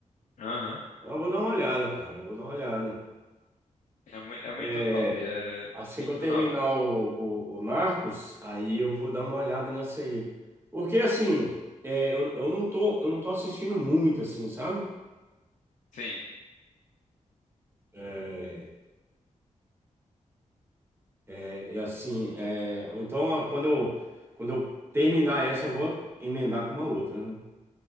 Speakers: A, on the left (about 70°); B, on the right (about 20°).
A: Aham.
B: Eu vou dar uma olhada, cara. Eu vou dar uma olhada.
A: É, mui- é muito
B: É,
A: top, é
B: assim
A: muito
B: que eu terminar
A: da hora, mesmo.
B: o, o, o Narcos, aí eu vou dar uma olhada nessa aí. Porque assim, é, eu, eu não tô, eu não tô assistindo muito, assim, sabe?
A: Sim.
B: É, é, é assim, é, ou então quando eu, quando eu terminar essa, eu vou emendar com uma outra, né?